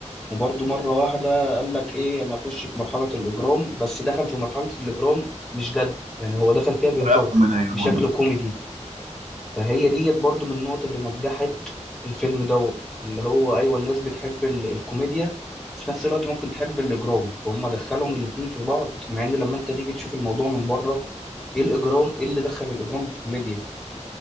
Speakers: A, in the centre; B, on the right.
A: وبرضه مرة واحدة قال لك إيه أنا أخش في مرحلة الإجرام بس دخل في مرحلة الإجرام مش جد يعني هو دخل فيها بهزار
B: رأيكم من يا
A: بشكل
B: مرضى
A: كوميدي فهي ديت برضو من النقط اللي نجحت الفيلم دوت اللي هو ايوه الناس بتحب ال- الكوميديا في نفس الوقت ممكن تحب الاجرام فهم دخلهم الاتنين في بعض مع ان لما انت تيجي تشوف الموضوع من بره ايه الاجرام ايه اللي دخل الاجرام بالكوميديا